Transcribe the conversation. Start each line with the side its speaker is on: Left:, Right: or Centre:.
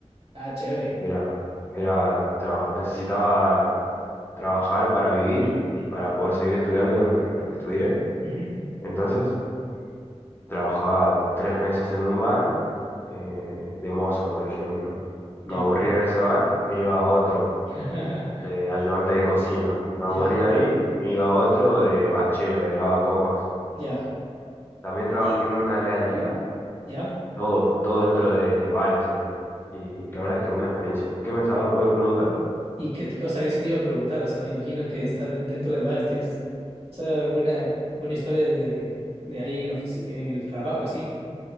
Right: Ah, chévere.
Left: Era, era, traba- necesitaba trabajar para vivir y para poder seguir estudiando lo que, lo que estudié.
Right: Ujú.
Left: Entonces, trabajaba tres meses en un bar, eh, de mozo, por ejemplo.
Right: Ya.
Left: Me aburría de ese bar, me iba a otro,
Right: <laughs>
Left: de ayudante de cocina. Me
Right: Ya,
Left: aburría ahí y me iba a otro de bachero, de lavacopas.
Right: ya.
Left: También trabajé
Right: Y
Left: en una heladería,
Right: ya.
Left: todo, todo dentro de, de bares eran. Y la verdad es que buena experiencia. ¿Qué me estaba por preguntar?
Right: Y qué, o sea, eso te iba a preguntar. O sea, me imagino que estás den- dentro de bares, tienes, o sea, debe haber buena, buena historia de, de ahí en el ofici- en el trabajo, así.